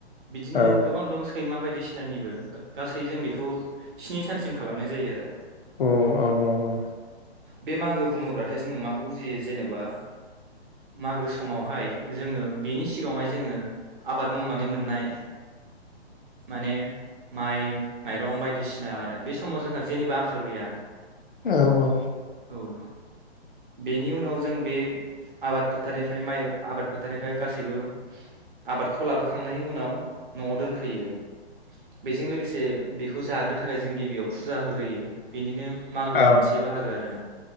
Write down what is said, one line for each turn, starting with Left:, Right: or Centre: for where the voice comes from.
Right: बिदिनो
Left: औ
Right: गोबां दं सैमा बायदिसिनानिबो गासै जों बेखौ स्नि सानसिम खालामनाय जायो आरो।
Left: अ औ औ
Right: बे मागो बुङोब्लाथाय जोङो माखौ बुजियो जेनेबा मागो समावहाय जोङो बेनि सिगाङावहाय जोङो आबाद मावनानै मोननाय माने माइ माइरं बायदिसिना आरो बे समाव जोंहा जेबो आंखाल गैया।
Left: औ औ
Right: औ बेनि उनाव जों बे आबाद फोथारनिफ्राय माइ आबाद फोथार थारनिफ्राय गासैबो आबादखौ लाबोखांनायनि उनाव न'आव दोनफैयो बेजों लोगोसे बेखौ जानो थाखाय जों गिबियाव फुजा होग्रोयो। बेनिनो मागोआ
Left: औ
Right: मोनसे बाहागो आरोना।